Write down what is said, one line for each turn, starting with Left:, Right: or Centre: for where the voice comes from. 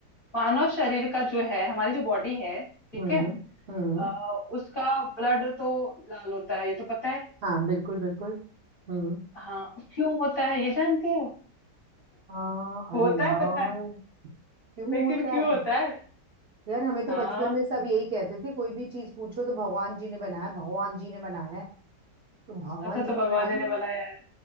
Left: मानव शरीर का जो है हमारी जो बॉडी है ठीक
Right: हम्म
Left: है
Right: हम्म
Left: अ, उसका ब्लड तो लाल होता है ये तो पता है
Right: हाँ बिल्कुल बिल्कुल हम्म
Left: हाँ क्यों होता है ये जानती हो
Right: हाँ
Left: होता
Right: अरे यार
Left: है पता है
Right: क्यों होता
Left: लेकिन क्यों
Right: है
Left: होता है
Right: यार हमें तो
Left: हाँ
Right: बचपन में सब यही कहते थे कोई भी चीज पूछो तो भगवान जी ने बनाया भगवान जी ने बनाया है तो भगवान
Left: अच्छा तो
Right: जी
Left: भगवान
Right: ने बनाया
Left: जी ने
Right: होगा
Left: बनाया है